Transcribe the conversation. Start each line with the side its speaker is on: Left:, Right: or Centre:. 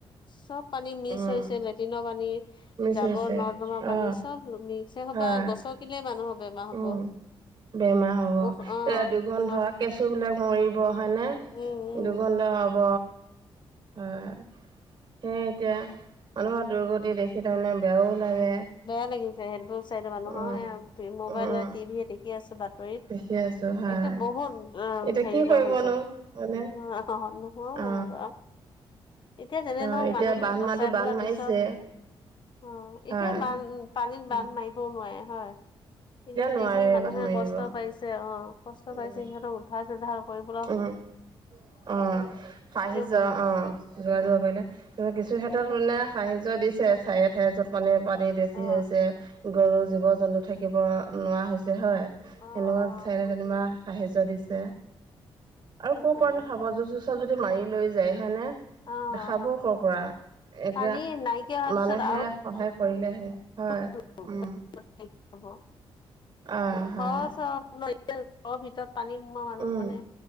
Left: চব পানী মিক্স
Right: উম
Left: হৈছে লেট্ৰিনৰ পানী,
Right: মিছ
Left: জাবৰ
Right: হৈছে
Left: নৰ্দমা
Right: অ
Left: পানী চব মিক্স, সেই সোপা
Right: হয়
Left: গচ'কিলে মানুহৰ বেমাৰ হ'ব।
Right: উম বেমাৰ হ'ব,
Left: উখ অ
Right: এ দুৰ্গন্ধ
Left: ন
Right: কেঁচু বিলাক মৰিব হয়নে।
Left: উম উম
Right: দুৰ্গন্ধ হ'ব, হয়। সেয়ে এতিয়া মানুহৰ দুৰ্গতি দেখি তাৰমানে বেয়াও লাগে।
Left: বেয়া লাগিছে সেইবোৰ চাইডে মানুহৰ
Right: উম
Left: এ মোবাইলে
Right: উম উম।
Left: টিভিয়ে দেখি আছো বাত- ৰিত,
Right: দেখি আছো হয়
Left: একে বহুত অ
Right: এতিয়া
Left: হেৰি
Right: কি কৰিবনো
Left: ল হৈছে।
Right: হয়নে
Left: হয় নহয়
Right: অ
Left: বাও এতিয়া যেনে
Right: হয়
Left: নহক
Right: এতিয়া
Left: মানুহখিনিক
Right: বান্ধ
Left: বচাই
Right: মাহটো
Left: পেলাই
Right: বান্ধ মাৰিছে
Left: পিছত, অ
Right: হয়
Left: এতিয়া বান্ধ পানীত
Right: উম,
Left: বান্ধ মাৰিবও নোৱাৰে হয়। এতিয়া
Right: নোৱাৰে
Left: যিখিনি মানুহে
Right: বান্ধ মাৰিব
Left: কষ্ট পাইছে অ কষ্ট
Right: উম
Left: পাইছে সিহঁতক উদ্ধাৰ চোদ্ধাৰ - কৰিবলে
Right: উম অ হাৰ সিজোৱা
Left: বহুত
Right: অ কিছু
Left: উম,
Right: ক্ষেত্ৰত
Left: এইটো
Right: মানে সাহায্য দিছে ঠায়ে ঠায়ে য'ত মানে পানী বেছি
Left: অ
Right: হৈছে গৰু জীৱ জন্তু থাকিব নোৱাৰা হৈছে হয়
Left: অ অ
Right: সেনেকুৱা চাইডে যেনিবা সাহায্য দিছে আৰু
Left: সেইটোহে
Right: ক'পৰা নো সাবৰ জো চৰ যদি মাৰি লৈ যায় হয় নে
Left: অ অ
Right: খাব কৰ পৰা এতিয়া
Left: পানী নাইকিয়া হোৱাৰ
Right: মানুহে
Left: পিছত আৰু
Right: সহায় কৰিলেহে হয়
Left: ঘৰ চব
Right: উম
Left: এতিয়া
Right: অ হয়
Left: ঘৰৰ ভিতৰত পানী সোমোৱা মানুহ
Right: উম
Left: মানে